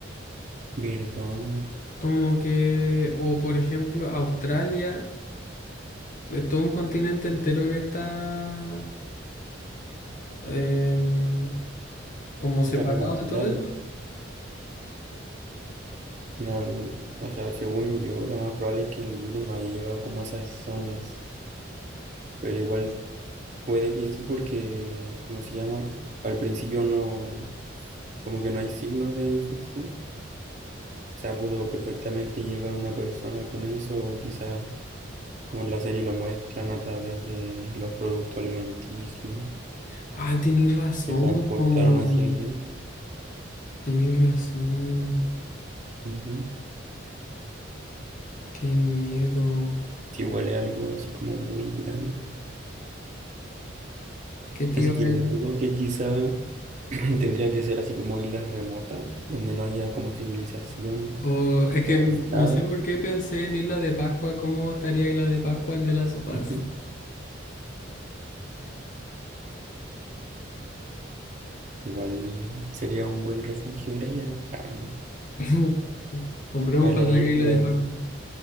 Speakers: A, on the right; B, on the left.
A: ¿Verdad?
B: Como que, o por ejemplo, Australia, es todo un continente entero que está em, como separado
A: Está como aislado.
B: de todo eso.
A: Mira, n- o sea, según yo, lo más probable es que el virus no haya llegado como a esas zonas. Pero igual puede que sí porque, ¿cómo se llama? Al principio no, como que no hay signos de infección. O sea, pudo perfectamente llegar una persona con eso, o quizás, como en la serie lo muestran, a través de los productos alimenticios
B: Ah, tenéis razón,
A: que transportaron
B: po,
A: hacia allá.
B: tenéis razón.
A: Ujú.
B: Qué miedo.
A: Si huele algo así como muy grande.
B: ¿Qué te
A: Así
B: iba
A: que
B: a decir?
A: dudo que quizá <clears throat> tendría que ser así como islas remotas, donde no haya como civilización
B: O, es que
A: avanzada.
B: mm, no sé por qué pensé en Isla de Pascua, ¿cómo estaría Isla de Pascua en De Last of Us?
A: <laughs> Ujú. Igual sería un buen refugio ir allá, a
B: <laughs> Compremos
A: a
B: para
A: la
B: allá
A: isla,
B: que Isla de Pascua.